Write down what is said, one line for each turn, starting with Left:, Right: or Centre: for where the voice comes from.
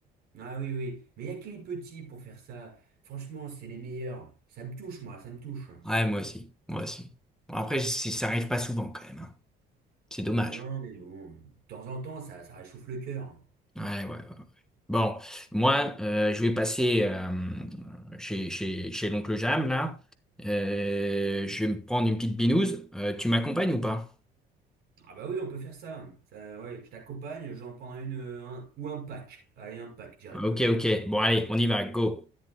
Right: Ah oui, oui. Mais il n'y a que les petits pour faire ça. Franchement, c'est les meilleurs. Ça me touche, moi, ça me touche.
Centre: Ouais, moi aussi, moi aussi. Bon, après, c'est- ça arrive pas souvent quand même. hein. C'est dommage.
Right: Non, mais bon, de temps en temps, ça, ça réchauffe le cœur.
Centre: Ouais, ouais. Bon, moi, euh, je vais passer euh, chez, chez, chez l'oncle Jam, là. Euh, je vais me prendre une petite binouse. Euh, tu m'accompagnes ou pas?
Right: Ah bah oui, on peut faire ça. Ça, ouais, je t'accompagne, j'en prendrai une, euh, un- ou un pack. Allez, un pack directement.
Centre: Ah, Ok, ok. Bon, allez, on y va, go.